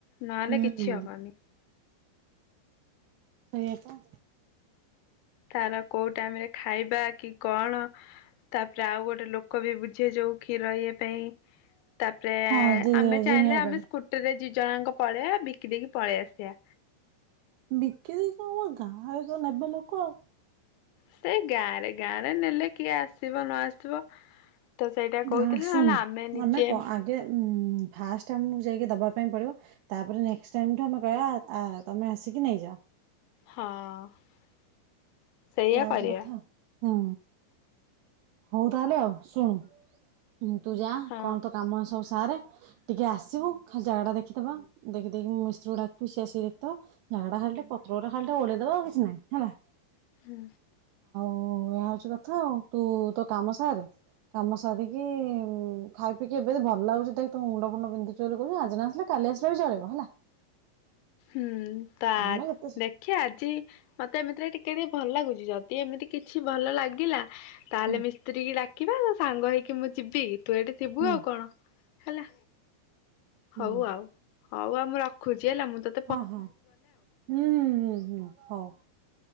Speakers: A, on the left; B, on the right.
A: ନହେଲେ
B: ହୁଁ
A: କିଛି ହବନି।
B: ସେଇଆପା
A: ତାର କୋଉ ଟାଇମ ରେ ଖାଇବା କି କଣ ତାପରେ ଆଉ ଗୋଟେ ଲୋକ ବି ବୁଝେ ଯଉ ଖିର ଇଏ ପାଇଁ। ତାପରେ
B: ହଁ ଦେ
A: ଆମେ ଚାହିଁଲେ
B: ଦୁହିଁବା ପାଇଁ
A: ଆମେ ସ୍କୁଟିରେ ଯି ଜଣଙ୍କ ପଳେଇବା ବିକି ଦେଇକି ପଳେଇ ଆସିବା।
B: ବିକି ଦେଇ କଣ ଗାଁରେ ତ ନେବେ ଲୋକ ଆଉ।
A: ସେଇ ଗାଁରେ ଗାଁ ରେ ନେଲେ କିଏ ଆସିବ ନ ଆସିବ। ତ ସେଇଟା କହୁଥିଲେ
B: ଗାଁ ଶୁଣୁ
A: ନହେଲେ ଆମେ ନିଜେ
B: କ ଆଗେ ଉଁ ଫାଷ୍ଟ ଆମକୁ ଯାଇକି ଦବା ପାଇଁ ପଡିବ। ତାପରେ ନେଷ୍ଟ ଟାଇମଠୁ ଆମେ କହିବା ତମେ ଆସିକି ନେଇଯାଅ।
A: ହଁ। <inaudible>
B: ମାଉସୀ
A: କରିବା
B: କଥାହବ। ହଁ। ହଉ ତାହେଲେ ଆଉ ଶୁଣୁ ହୁଁ ତୁ ଯା
A: ହଁ
B: କଣ ତୋ କାମ ଆସି ସା ମାରେ ଟିକେ ଆସିବୁ ଖାଲି ଜାଗାଟା ଦେଖିଦବା ଦେଖି ଦେଇକି ମୁଁ ମିସ୍ତ୍ରୀ ଡାକିବି ସେ ଆସିକି ଦେଖିଦବ। ଜାଗା ଖାଲି ପତ୍ର ଗା ଖାଲି ଓଳେଇଦବା ଆଉ କିଛି ନାଇଁ ହେଲା।
A: ହୁଁ।
B: ଓ ଏହା ହଉଛି କଥା ଆଉ ତୁ ତୋ କାମ ସାରେ କାମ ସାରିକି ଖାଇ ପିଇକି ଏବେ ଭଲ ଲାଗୁଚି। ଦେଖ ତୁ ମୁଣ୍ଡ ଫୁଣ୍ଡ ପନ୍ଧି ଚ କହୁଛ। ଆଜି ନାସିଲେ କାଲି ଆସିଲେ ବି ଚଳିବ ହେଲା।
A: ହୁଁ। ତା
B: ଆମେ କେତେ ସେ-
A: ଦେଖିଆ ଆଜି ମତେ ଏମିତିରେ ଟିକେ ଟି ଭଲ ଲାଗୁଛି ଯଦି ଏମିତି କିଛି ଭଲ ଲାଗିଲା ତାହେଲେ
B: ହୁଁ
A: ମିସ୍ତ୍ରୀ କିି ଡାକିବା ସାଙ୍ଗ ହେଇକି ମୁଁ ଯିବି। ତୁ ଏଠି ଥିବୁ
B: ହୁଁ
A: ଆଉ କଣ? ହେଲା।
B: ହୁଁ
A: ହଉ ଆଉ ହଉ ଆଉ ମୁଁ ରଖୁଛି ହେଲା ମୁଁ ତ
B: ହଁ ହଁ ହୁଁ ହ ହୁଁ ହୁଁ ହଉ